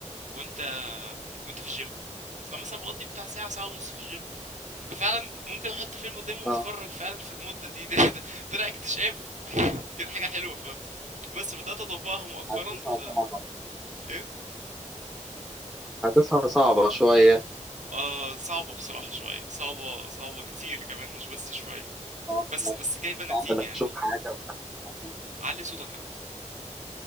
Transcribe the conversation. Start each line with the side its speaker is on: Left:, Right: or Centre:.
Right: وانت وانت في الجيم اصلا مثلا بقضي بتاع ساعه ساعه ونص في الجيم ففعلا ممكن احط فيلم قدامي واتفرج
Centre: اه
Right: فعلا في المده دي ده, ده طلع اكتشاف <laughs> دي كانت حاجه حلوه فاهم بس بدات اطبقها مؤخرا
Centre: حاسسها
Right: ف
Centre: صعبة
Right: ايه
Centre: حاسسها صعبة شوية
Right: آه صعبة بصراحة شوية صعبة صعبة كتير كمان مش بس شوية
Centre: صعب
Right: بس
Centre: إنك
Right: بس جايبة نتيجة
Centre: صعب انك
Right: يعني
Centre: تشوف حاجة وتعملها.
Right: علي صوتك يا عم